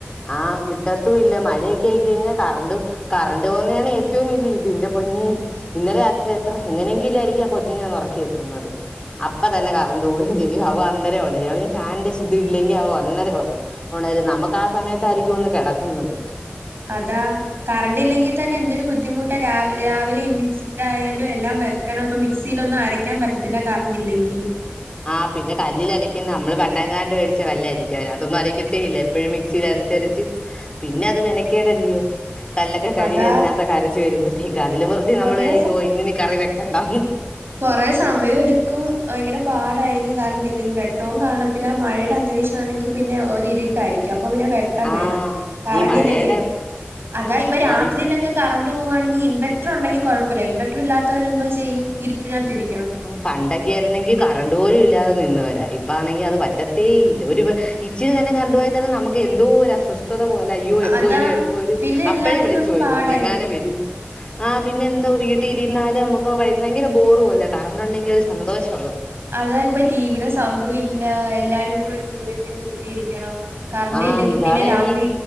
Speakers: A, on the left; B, on the right.
A: ആ കിട്ടത്തും ഇല്ല മഴയൊക്കാ യിക്കഴിഞ്ഞാൽ കറണ്ട് കറണ്ട് പോന്നാണേ ഏറ്റവും വല്ല്യ ഇത് ന്റെ പൊൻ നി ഇന്നലെ രാത്രി എത്ര എങ്ങനെങ്കിലും എനിക്കാ കൊച്ചിനൊന്ന് ഒറക്കി വെക്കുന്നത്. അപ്പ തന്നെ കറണ്ട് പോവേം ചെയ്യും അവ അന്നേരേ ഒണരും അവന് ഫാൻന്റെ ഷ്ദ്ഇല്ലെങ്കിൽ അവ അന്നേരേ ഒണ ഒ തായാലും നമ്മക്കാ സമയത്തായിരിക്കും ഒന്ന് കെടക്കുന്നത്
B: അതാ കറണ്ട് ഇല്ലെങ്കിൽ തന്നെ എന്തൊരു ബുദ്ധിമുട്ടാ രാവ രാവിലെ എ എന്തായാലും എല്ലാം വെക്കണം അപ്പ മിക്സിയിൽ ഒന്നും അരക്കാൻ പറ്റത്തില്ല കറണ്ട്ല്ലെങ്കിൽ
A: ആ പിന്നെ കല്ലിൽ അടക്കുന്ന നമ്മള് പണ്ടങ്കാണ്ട് വേടിച്ച കല് അരിക്കും അതിനാത്തൊന്നും അരക്കത്തെ ഇല്ല എപ്പോഴും മിക്സിൽ അരച്ച് അരച്ച് പിന്നെ അത് മെനക്കേടല്ലയോ കല്ലൊക്കെ കഴുവി
B: അതാ
A: അതിനകത്തൊക്കെ അരച്ച് വരുമ്പോൾ അതില് വെറുതെ
B: കൊറേ
A: നമ്മള് വിചാരിക്കുവൊ ഇന്ന് ഇനി കറി വെക്കണ്ടന്ന്
B: കൊറെ സമയം എടുക്കും ഭയങ്കര പാടായിരിക്കും കാറണ്ടില്ലെങ്കി വെട്ടം കാണല്ല മഴയുടെ അന്തരീക്ഷം ആണെങ്കിൽ പിന്നെ ഒരിരിട്ടായിരിക്കും അ ഒരു വെട്ടം
A: ആഹ്
B: വേണം കറണ്ട്
A: ഈ മഴയുടെ
B: ഇല്ലെങ്കിൽ അതാ ഇപ്പ
A: വന്ന്
B: രാത്രിയിലൊക്കെ കറണ്ട് കറണ്ട് പോവാണെങ്കിൽ ഇൻവെർട്ടർ ഉണ്ടെിൽ കൊഴപ്പല്ല ഇൻവെർട്ടർ ഇല്ലാത്തവരെന്തോ ചെയ്യും ഇരുട്ടിനകത്തിരിക്കണം
A: പണ്ടൊക്കെ ആരുന്നെങ്കി കറണ്ട് പോലും ഇല്ലാത നിന്ന് വരാം ഇപ്പാണെങ്കിൽ അത് പറ്റത്തേ ഇല്ല ഒരു ഇച്ചിരി നേരം കറണ്ടുപോയൽ തന്നെ നമുക്ക് എന്തോ അസ്വസ്ഥ അസ്വസ്ഥത പോല അയ്യോ എപ്പ
B: അതാ
A: വരും എപ്പ വരും
B: പിന്നെ
A: അപ്പഴെ
B: എല്ലാത്തിനും
A: വിളിച്ചു
B: അങ്ങ്
A: ചോയിക്കും
B: പാടായിരിക്കും
A: ഇന്നങ്ങാനം വരൂ ആഹ പിന്നെ എന്തോ വീട്ട വീട്ടി ഇരുന്നാലും നമുക്ക് ഭയ ഭയങ്കര ബോറുപോല്ല കറണ്ട് ഉണ്ടെങ്കി ഒരു സന്തോഷം
B: അതാ ഇപ്പ ടിവിയുടെ സൗണ്ടും ഇല്ല എല്ലാരും കൂടെ ഒരു മൂലക്ക് തന്നെ കുത്തിയിരിക്കണം കറണ്ട്
A: ആഹ്
B: ഇല്ലെങ്കിൽ
A: ഇതാണെങ്കി
B: പിന്നെ രാത്രി